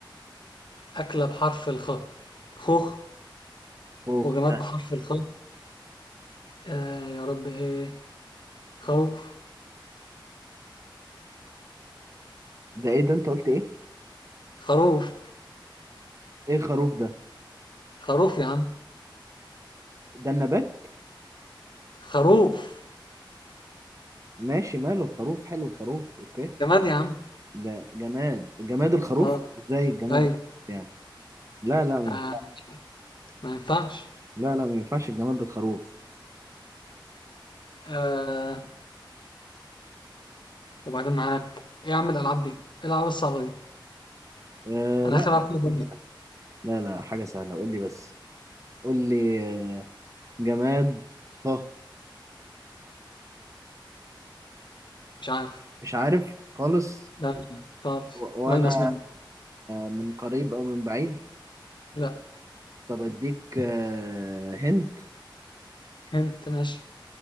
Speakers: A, on the left (about 65°); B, on the right (about 35°).
A: أكلة بحرف الخاء خوخ
B: خوخ
A: وجماد
B: ده
A: بحرف الخاء آه يا رب إيه خروف
B: ده ايه ده انت قلت ايه
A: خروف
B: ايه الخروف ده
A: خروف يا عم
B: ده النبات
A: خروف
B: ماشي ماله الخروف حلو الخروف اوكي
A: جماد يا عم
B: ده جماد جماد الخروف
A: اه
B: ازاي الجماد
A: ايوه
B: الخروف يعني لا لا ما-
A: آه ما ينفعش
B: لا لا ما ينفعش الجماد الخروف
A: آه وبعدين معاك ايه يا عم الالعاب دي ايه الالعاب الصعبه دي
B: آه
A: انا
B: لا
A: اخر العب فيها دنيا
B: حاجة سهلة. لا لا حاجة سهلة قول لي بس قول لي آه، جماد صه
A: مش عارف
B: مش عارف خالص
A: لا مش عارف طب
B: و- ولا
A: ماينس مني
B: من قريب او من بعيد
A: لا
B: طب اديك آه، هنت
A: انت ماشي